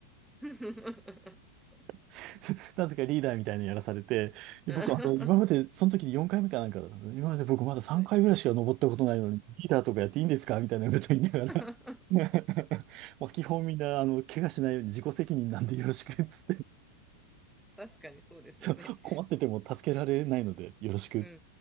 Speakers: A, in the centre; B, on the right (about 45°).
A: <laughs>
B: <laughs> なぜかリーダーみたいなのやらされて、
A: は
B: で僕、あの、今まで、その時に4回目かなんかだったの、今まで僕まだ3回ぐらいしか登ったことないのに、
A: い。
B: リーダーとかやっていいんですかみたいなこと言いながら
A: <laughs>
B: <laughs> まあ基本みんな、あの、怪我しないように自己責任なんでよろしくっつって
A: 確かにそうですよね。
B: そう、困ってても助けられないので、よろしく。
A: うん